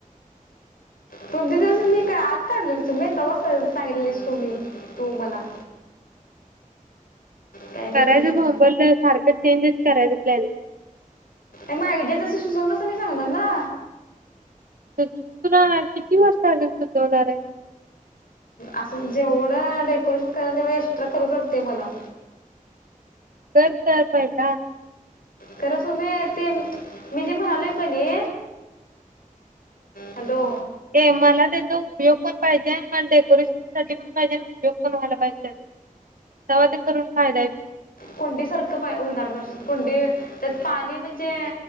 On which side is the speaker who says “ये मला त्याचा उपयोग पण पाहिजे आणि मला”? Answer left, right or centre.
Right